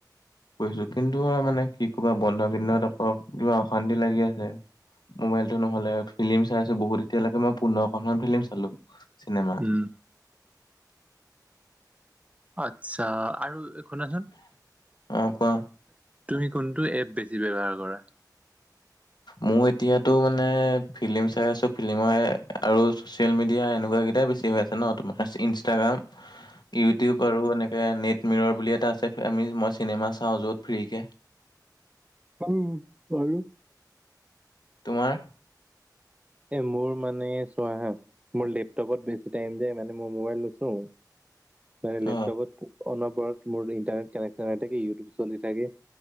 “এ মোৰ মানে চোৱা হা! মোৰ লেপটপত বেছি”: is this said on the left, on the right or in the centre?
Right